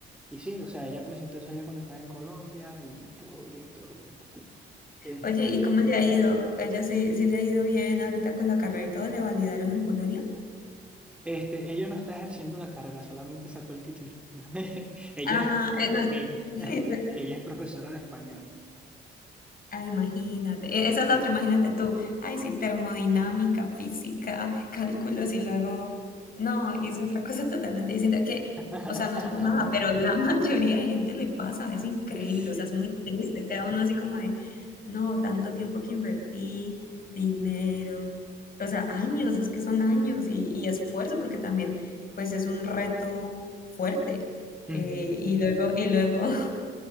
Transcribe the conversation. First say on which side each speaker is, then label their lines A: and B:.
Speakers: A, in the centre; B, on the left.
A: y sí, o sea, ella presentó eso allá cuando estaba en Colombia y todo bien, todo bien. Eh,
B: Oye, ¿y cómo le ha ido? ¿Ella sí, sí le ha ido bien ahorita con la carrera y todo? ¿Le validaron en Polonia?
A: este, ella no está ejerciendo la carrera, solamente sacó el título. <laughs> Ella
B: Ah,
A: es,
B: eh, no.
A: ella, <laughs>
B: <laughs>
A: ella es profesora de español.
B: Ah, imagínate. E- Esa
A: Sí.
B: es la otra, imagínate tú. Ay, sí, termodinámica, física, cálculos y luego, no, hice otra cosa <laughs> totalmente distinta que,
A: <laughs>
B: o sea, no es por nada, pero la <laughs> mayoría de gente le pasa, es increíble,
A: Sí.
B: o sea, es muy triste, queda uno así como de, no, tanto tiempo que invertí, dinero, o sea, años, es que son años y, y esfuerzo porque también, pues es un reto fuerte.
A: <laughs>
B: Eh, y luego, y luego <laughs>